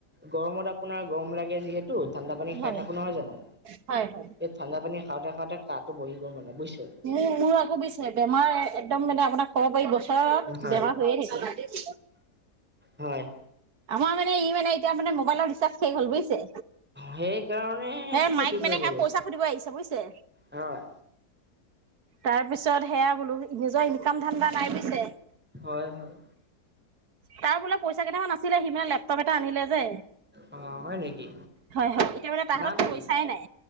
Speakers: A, in the centre; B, on the right (about 70°).
A: গৰমত আপোনাৰ গৰম লাগে যিহেতু তো ঠাণ্ডা পানী খাই
B: হয়
A: থাকো নহয় জানো।
B: হয় হয়
A: এই ঠাণ্ডা পানী খাওঁতে খাওঁতে কাহটো বহি গ'ল মানে বুজিছে।
B: মোৰ মোৰ আকৌ বুজিছে বেমাৰ একদম মানে আপোনাক ক'ব পাৰি বছৰত
A: হয়
B: বেমাৰ হৈয়ে থাকিল।
A: হয়।
B: আমাৰ মানে মানে এতিয়া মানে মবাইলৰ ৰিচাৰ্ শষ হ'ল বুজছে।
A: সেইকাৰণে
B: এ
A: খেতি
B: মাইক মানে
A: কৰিব
B: সে
A: গৈছে।
B: পইচা সুধিব আহিছে বুজিছে।
A: হয়
B: তাৰ পিছত সেয়া বোলো নিজৰ ইনকাম ধান্দা নাই পৈছে।
A: হয় হয়
B: তাৰ বোলে পইচা কেইটামান আছিলে সিমান লেপটপ এটা আনিলে যে
A: অ হয় নেকি
B: হয় হয় এতিয়া মানে তাৰ
A: নাম
B: হাতত
A: কি
B: পইচাই নাই